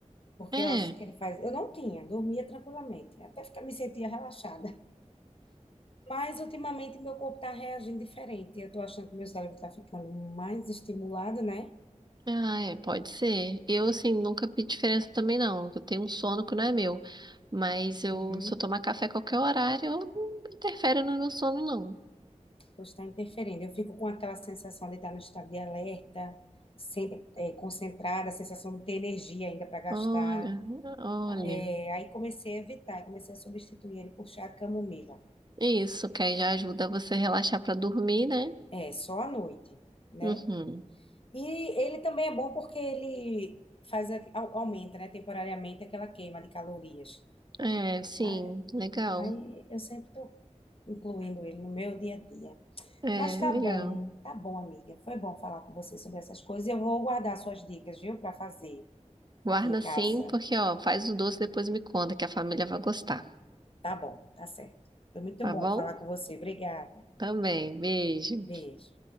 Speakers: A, on the left; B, on the right.
A: Porque
B: É,
A: eu acho que ele faz. Eu não tinha, dormia tranquilamente, até ficar, me sentia relaxada. Mas ultimamente meu corpo está reagindo diferente. Eu estou achando que meu cérebro está ficando mais estimulado, né?
B: ah, é, pode ser. Eu, assim, nunca vi diferença também, não. Eu tenho um sono que não é meu. Mas
A: Uhum.
B: eu, se eu tomar café a qualquer horário, eu não interfere no meu sono, não.
A: Pois está interferindo. Eu fico com aquela sensação de estar no estado de alerta, sempre é, concentrada, a sensação de ter energia ainda para gastar.
B: Olha, olha.
A: É, aí comecei a evitar, comecei a substituir ele por chá de camomila.
B: Isso, que aí já ajuda você a relaxar pra dormir, né?
A: É, só à noite, né?
B: Uhum.
A: E ele também é bom porque ele faz, a- au- aumenta, né, temporariamente aquela queima de calorias.
B: É, sim,
A: Aí,
B: legal.
A: aí eu sempre estou incluindo ele no meu dia a dia.
B: É,
A: Mas tá
B: legal.
A: bom, tá bom, amiga. Foi bom falar com você sobre essas coisas. E Eu vou guardar suas dicas, viu, para fazer
B: Guarda
A: aqui em casa.
B: sim, porque, ó, faz o doce e depois me conta que a família vai gostar,
A: Tá bom, tá certo. Foi muito
B: tá
A: bom
B: bom?
A: falar com você. Obrigada.
B: Também, beijo.
A: Beijo.